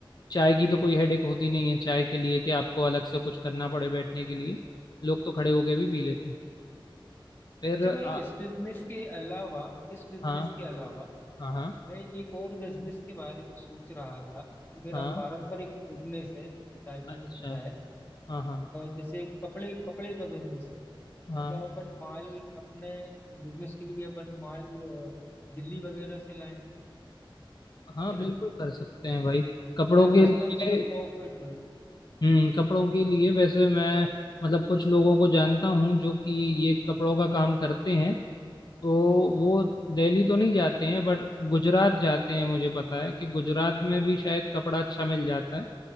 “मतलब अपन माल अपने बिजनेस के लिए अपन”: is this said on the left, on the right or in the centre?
Left